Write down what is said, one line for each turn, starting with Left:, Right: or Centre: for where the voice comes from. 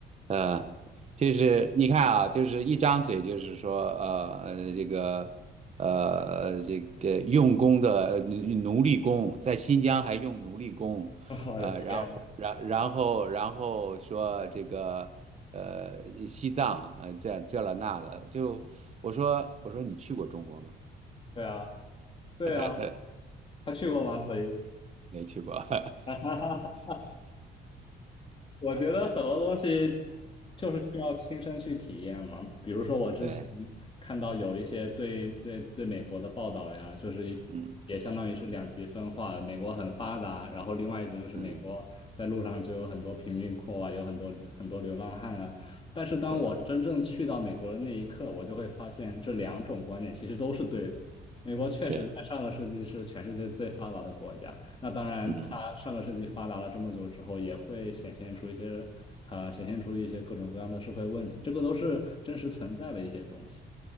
Right: 呃，就是你看啊，就是一张嘴就是说呃呃这个呃这个用工的呃奴奴隶工，在新疆还用奴隶工，
Left: <laughs> 我的天，
Right: 呃，然后然然后然后说这个。呃，西藏，呃，这这了那的，就我说我说你去过中国吗？
Left: 对啊，对啊，
Right: <laughs>
Left: 他去过吗？所以，
Right: 没去过。<laughs>
Left: <laughs> 哈哈哈。我觉得很多东西就是需要亲身去体验嘛。比如说，我之前
Right: 对，
Left: 看到有一些对对对美国的报道呀，就是也相当于是两极分化的。
Right: 嗯
Left: 美国很发达，然后另外一边就是美国在路上就有很多贫民窟啊，
Right: 嗯，
Left: 有很多很多流浪汉啊。但是当我真正去到美国的那一刻，
Right: 是
Left: 我就会发现这两种观点其实都是对的。美国确实在上个世纪是全世界最发达的国家。
Right: 是，
Left: 那当然，
Right: 嗯。
Left: 它上个世纪发达了这么久之后，也会显现出一些啊、显现出一些各种各样的社会问题，这个都是真实存在的一些东西。